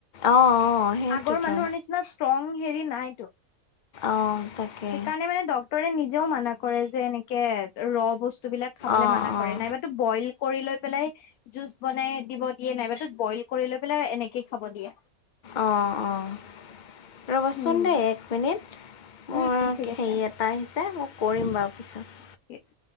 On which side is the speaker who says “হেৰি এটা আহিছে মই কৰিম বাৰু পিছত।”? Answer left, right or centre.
Left